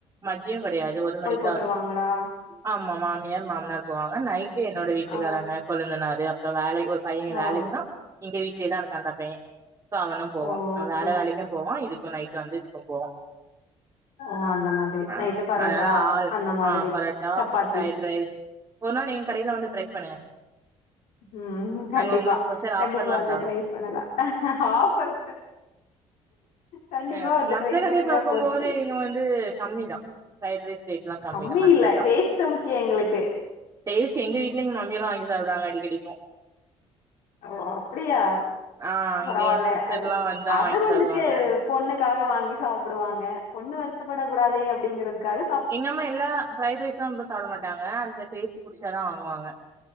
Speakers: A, on the right (about 30°); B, on the left (about 80°).
A: மதியோ கெடையாது ஒரு மணிக்
B: போட்டுருவாங்களா
A: ஆமா மாமியார் மாமனார் போவாங்க நைட்டு என்னோட வீட்டுக்காராங்க
B: ஆ
A: கொழுந்தனாரு அப்புற வேலை ஒரு பையன்
B: ஓ
A: வேலைக்குனா எங்க வீட்லயேதா இருக்கா அந்த பைய இப்ப அவனு போவா
B: ஓ
A: அவ
B: ஓகே
A: வேற வேலைக்கு போவா இதுக்கு நைட்டு வந்து இதுக்கு போவா
B: ஓ அந்த மாதிரி
A: அ
B: நைட்டு பரோட்டா
A: அதனால ஆள்
B: அந்த மாதிரி
A: ஆ பரோட்டா
B: சப்பாத்தி
A: ஃப்ரைட் ரைஸ் ஒரு நாள் எங்க கடையில வந்து ட்ரை பண்ணுங்க
B: ம் கண்டிப்பா
A: நாங்க உங்களுக்கு ஸ்பெஷல்
B: கண்டிப்பா
A: ஆஃபர்லா
B: வந்து
A: தாரோ
B: ட்ரை பண்ணலா ஆஃபர் கண்டிப்பா
A: அ
B: வந்து
A: மத்த
B: ட்ரை
A: கடைய
B: பண்ணிட்டா
A: பாக்கும்போது
B: போச்சி
A: இங்க வந்து கம்மி தா ஃப்ரைட் ரைஸ் ரேட்லா
B: கம்மி
A: தா ஹண்ட்ரட்
B: இல்ல
A: தா
B: டேஸ்ட்டு முக்கிய எங்களுக்கு
A: டேஸ்ட் எங்க வீட்ல எங்க மம்மி எல்லா வாங்கி சாப்டுறாங்க அடிக்கடி இப்போ
B: ஓ அப்டியா
A: ஆ அங்க
B: பரவாயில்ல
A: எ சிஸ்டர்லா
B: அது
A: வந்தா
B: அது
A: வாங்கி
B: வந்துட்டு
A: சாப்டுவாங்க
B: பொண்ணுக்காக வாங்கி சாப்டுவாங்க பொண்ணு வருத்தப்பட கூடாதே அப்டிங்றதுக்காக
A: எங்கம்மா எல்லா ஃப்ரைட் ரைஸு ரொம்ப சாப்ட மாட்டாங்க அந்த டேஸ்ட் புடிச்சாதா வாங்குவாங்க